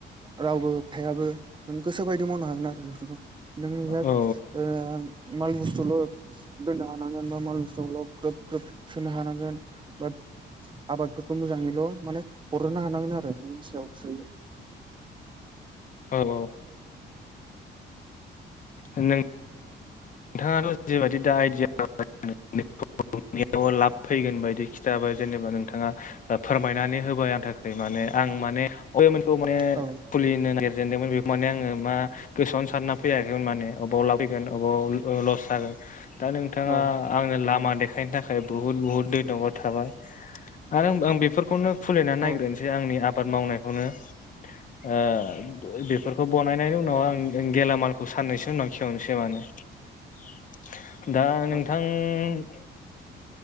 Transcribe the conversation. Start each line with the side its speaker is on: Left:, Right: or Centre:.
Right: रावबो होब थायाबो जों गोसो बायदि मावनो हागोन आरो बेफोरखौ। नों जास्ट
Left: औ
Right: ओ माल बुस्थुल' दोननो हानांगोन बा माल बुस्थुल' ग्रोब ग्रोब सोनो हानांगोन। बात आबादफोरखौ मोजाङैल' माने हरनो हानांगोन आरो नोंनि सायाव सोयो।
Left: औ औ। नों-थाङाथ' जेबायदि दा आइदिया <unintelligible> लाब फैगोन बायदि खिथाबाय जेनेबा नोंथाङा। फोरमायनानै होबाय आं थाखाय माने आं माने बयेमोनखौ माने
Right: औ
Left: खुलिनो नागिर दोंमोन बेखौ माने आङो मा गोसोआवनो सानना फैयाखैमोन माने बबाव ला फैगोन अबाव लस जागोन दा नोंथाङा
Right: औ
Left: आंनो लामा देखायनो थाखाय बुहुत बुहुत दैन'बाथ थाबाय आरो आं बेफोरखौनो खुलिनानै नायग्रोनोसै
Right: औ
Left: आंनि आबाद मावनायखौनो ओ बेफोरखौ बानायनायनि उनाव आं गेलामालखौ साननैसो उनाव खेवनोसै माने। <inaudible>
Right: औ